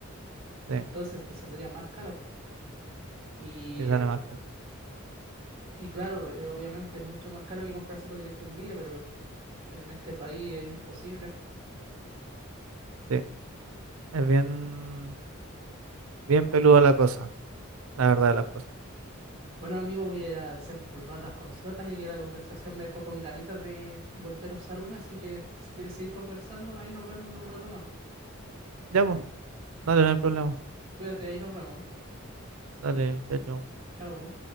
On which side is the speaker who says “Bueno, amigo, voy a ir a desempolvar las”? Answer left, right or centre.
Right